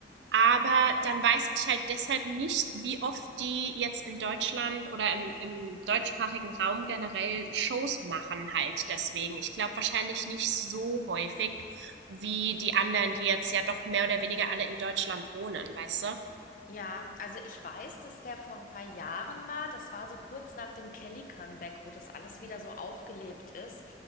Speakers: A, on the right; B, on the left.
A: Aber dann weiß ich halt deshalb nicht, wie oft die jetzt in Deutschland oder im, im deutschsprachigen Raum generell Shows machen halt deswegen. Ich glaube wahrscheinlich nicht so häufig wie die anderen, die jetzt ja doch mehr oder weniger alle in Deutschland wohnen, weißt du?
B: Ja, also ich weiß, dass der vor ein paar Jahren mal, das war so kurz nach dem Kelly-Comeback, wo das alles wieder so aufgelebt ist.